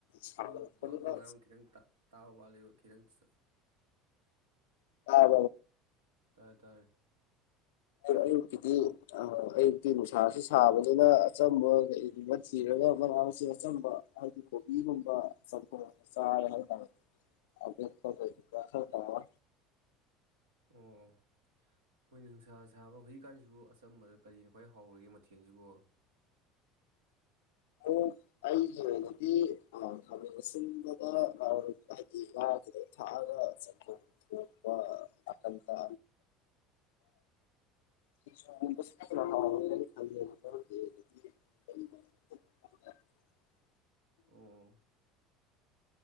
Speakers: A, on the left (about 75°); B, on the right (about 85°).
A: ꯁꯥꯒꯠꯂꯛꯄꯅꯤꯅ
B: ꯃ ꯃꯔꯨꯞ ꯅꯨꯡ ꯉꯥꯡ ꯈꯤꯇꯪꯛꯇ ꯇꯕ ꯋꯥꯂꯤ ꯀꯔꯟꯁ
A: ꯑ
B: ꯇꯥꯏ ꯇꯥꯏꯦ
A: ꯑꯗꯣ ꯑꯌꯨꯛꯀꯤꯗꯤ ꯑꯌꯨꯛꯇꯤ ꯅꯨꯡꯁꯥꯁꯨ ꯁꯥꯕꯗꯨꯅ ꯑꯆꯝꯕ ꯀꯩꯒꯨꯝꯕ ꯊꯤꯔꯒ ꯃꯅꯥ ꯃꯁꯤꯡ ꯑꯆꯝꯕ ꯍꯥꯏꯗꯤ ꯀꯣꯕꯤꯒꯨꯝꯕ ꯆ ꯆꯥꯔꯦ ꯍꯥꯏꯇꯥꯔꯦ ꯑꯁ ꯐꯁꯤ ꯑ
B: ꯑꯣ ꯍꯣꯏꯅꯦ ꯅꯨꯡꯁꯥ ꯁꯥꯕ ꯍꯧꯖꯤꯛꯀꯥꯟꯁꯤꯕꯨ ꯑꯆꯝꯕꯗ ꯀꯔꯤꯅꯣ ꯈ꯭ꯋꯥꯏ ꯍꯥꯎꯔꯤꯒꯦ ꯃꯊꯦꯜꯁꯤꯕꯨ
A: ꯑꯣ ꯑꯩꯒꯤ ꯑꯣꯏꯅꯗꯤ ꯈꯃ ꯑꯁꯤꯟꯕꯗ ꯍꯥꯏꯗꯤ ꯉꯥꯗꯨꯗ ꯊꯥꯛꯑꯒ ꯆꯪꯊꯣꯛ ꯊꯣꯛꯄ ꯅꯥꯀꯟ ꯇ <unintelligible>
B: ꯑ